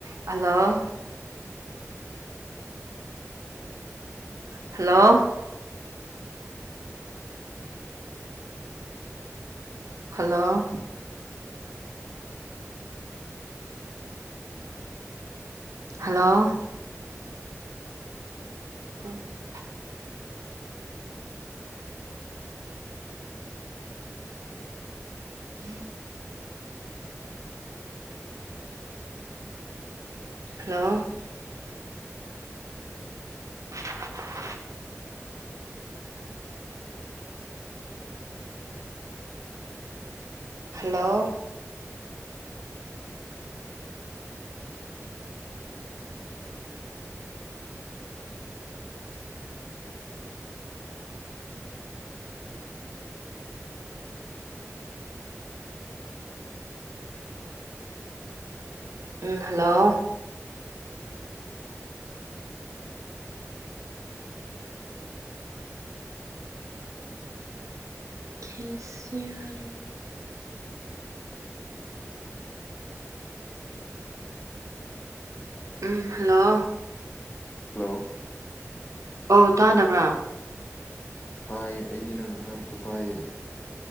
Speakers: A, on the right; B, on the left.
A: Hello hello hello hello <unintelligible> <inaudible> hello <inaudible> hello ꯎꯝ hello ꯈꯦ ꯁꯤ ꯌꯥꯝ ꯎꯝ ꯍꯜꯂꯣ
B: ꯍꯜꯂꯣ
A: ꯑꯧ ꯇꯥꯗꯕ꯭ꯔꯥ
B: ꯇꯥꯏꯌꯦ ꯑꯩꯗꯤ ꯅꯪꯅ ꯍꯥꯏꯕꯗꯨ ꯇꯥꯏꯌꯦ